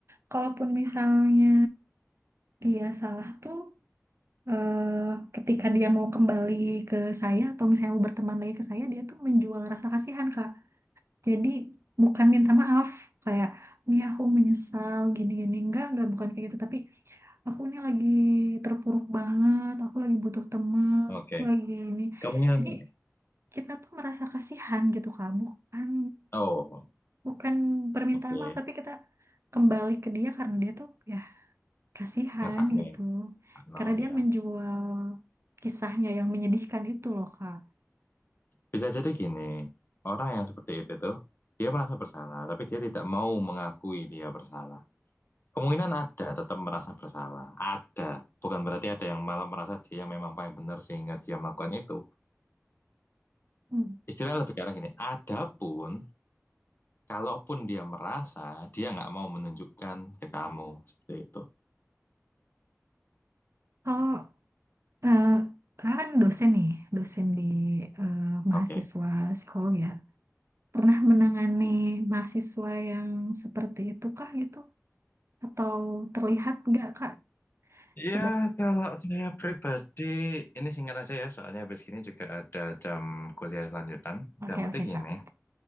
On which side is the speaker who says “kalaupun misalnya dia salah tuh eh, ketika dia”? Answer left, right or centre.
Right